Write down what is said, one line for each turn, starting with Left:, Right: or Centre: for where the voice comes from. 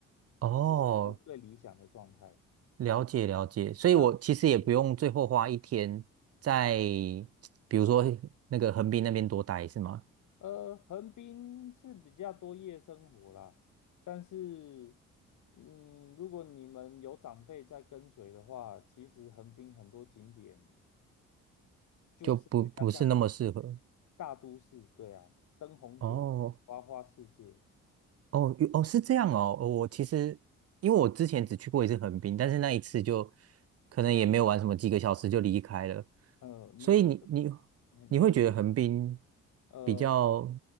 Right: 哦，
Left: 这个是最理想的状态。
Right: 了解了解，所以我其实也不用最后花一天在，
Left: 那嗯
Right: 比如说那个横滨那边多待是吗？
Left: 呃，横滨是比较多夜生活啦，但是，嗯，如果你们有长辈在跟随的话，其实横滨很多景点就是比较像
Right: 就不不是那么适合。
Left: 大都市，对啊，灯红酒绿，
Right: 哦
Left: 花花世界。
Right: 哦哦，是这样哦。哦我其实因为我之前只去过一次横滨，但是那一次就可能也没有玩什么，几个小时就离开了。
Left: 呃，你
Right: 所以你你
Left: 嗯你有去？
Right: 你会觉得横滨
Left: 呃，
Right: 比较